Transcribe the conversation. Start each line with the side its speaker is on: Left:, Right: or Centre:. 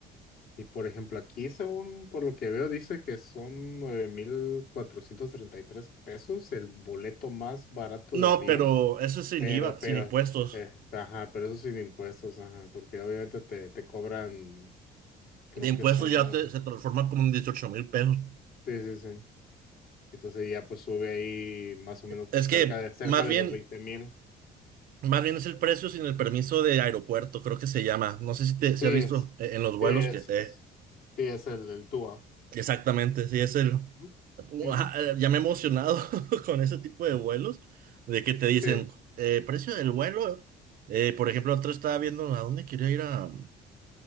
Left: y por ejemplo, aquí, según por lo que veo, dice que son 9.433 pesos el boleto más barato
Right: No,
Left: de avión,
Right: pero eso es sin
Left: pero,
Right: IVA,
Left: pero,
Right: sin impuestos.
Left: eh, ajá, pero eso sin impuestos, ajá, porque obviamente te, te cobran, creo
Right: De impuestos
Left: que son,
Right: ya te- se transforma como en dieciocho mil pesos.
Left: sí, sí, sí. Entonces ya pues sube ahí más o menos
Right: Es
Left: pues
Right: que
Left: cerca de, cerca
Right: más
Left: de
Right: bien,
Left: los 20.000.
Right: más bien es el precio sin el permiso de aeropuerto, creo que se llama. No sé si te si
Left: Sí,
Right: has
Left: es,
Right: visto
Left: sí,
Right: eh, en los vuelos
Left: es,
Right: que eh,
Left: es- sí, es el, el Tua.
Right: exactamente, sí es el
Left: Ujú,
Right: Ua,
Left: ujú,
Right: eh, ya me he emocionado <laughs> con ese tipo de vuelos de que te dicen
Left: Sí.
Right: eh, precio del vuelo. eh, por ejemplo, otro estaba viendo a dónde quería ir a.